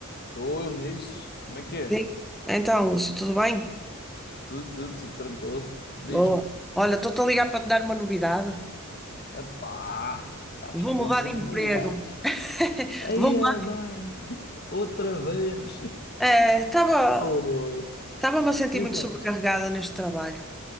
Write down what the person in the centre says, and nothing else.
Sim. Então, Lúcio, tudo bem?
Boa. Olha, estou-te a ligar para te dar uma novidade.
Vou
mudar
de
emprego.
<laughs>
Vou mudar.
Eh, Estava,
estava-me a sentir
muito sobrecarregada neste trabalho.